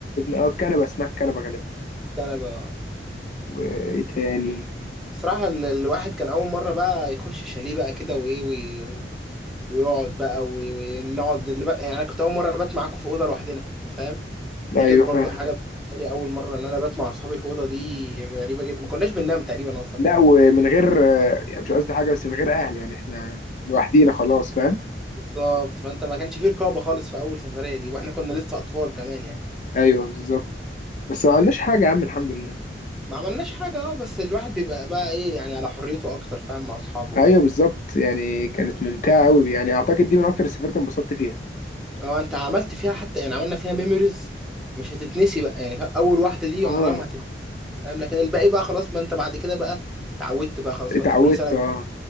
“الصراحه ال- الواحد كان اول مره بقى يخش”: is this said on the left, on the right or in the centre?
Centre